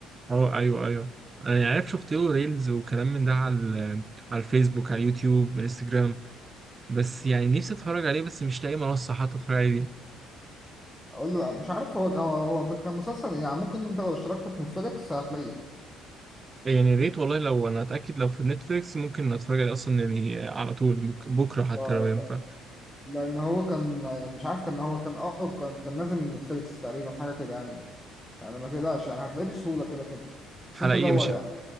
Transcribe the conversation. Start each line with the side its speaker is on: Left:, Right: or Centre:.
Right: اه ايوه ايوه انا يعني عارف شفت له ريلز وكلام من ده على ال- على الفيسبوك على اليوتيوب انستجرام بس يعني نفسي اتفرج عليه بس مش لاقي منصه حتى اتفرج عليه بيها.
Centre: أقول لا مش عارف هو هو هو كان مسلسل يعني ممكن أنت لو اشتركت في نتفليكس هتلاقيه
Right: يعني يا ريت والله لو انا اتاكد لو في نتفليكس ممكن اتفرج عليه اصلا يعني على طول ممكن بكره حتى
Centre: آه،
Right: لو ينفع
Centre: لا- لأن هو كان مش عارف كان هو كان أه كان كان نازل من نتفليكس تقريبا حاجة كده يعني يعني ما تقلقش يعني هتلاقيه بسهولة كده كده بس
Right: حلقيه
Centre: أنت دور
Right: مش
Centre: يعني
Right: ه-